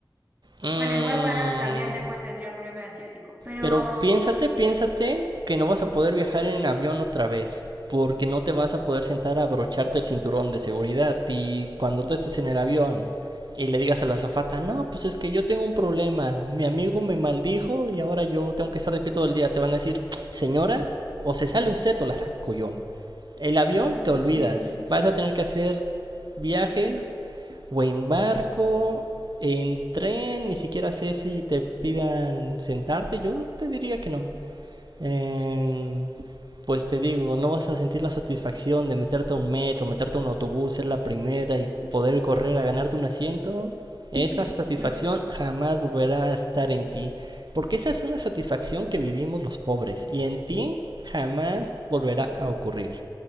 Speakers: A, on the right; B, on the right.
A: mm,
B: Bueno, igual parada también después tendría problema de ciático. Pero
A: Pero piénsate,
B: mm,
A: piénsate
B: no sé.
A: que no vas a poder viajar en avión otra vez, porque no te vas a poder sentar a abrocharte el cinturón de seguridad. Y cuando tú estés en el avión y le digas a la azafata, no, pues es que yo tengo un problema, mi amigo me maldijo y ahora yo tengo que estar de pie todo el día, te van a decir, señora, o se sale usted o la saco yo. El avión
B: <laughs>
A: te olvidas, vas a tener que hacer viajes o en barco, en tren, ni siquiera sé si te pidan sentarte, yo te diría que no. Em, pues te digo, no vas a sentir la satisfacción de meterte a un metro, meterte a un autobús, ser la primera y poder correr a ganarte un asiento. Esa
B: <laughs>
A: satisfacción jamás volverá a estar en ti, porque esa es una satisfacción que vivimos los pobres y en ti jamás volverá a ocurrir.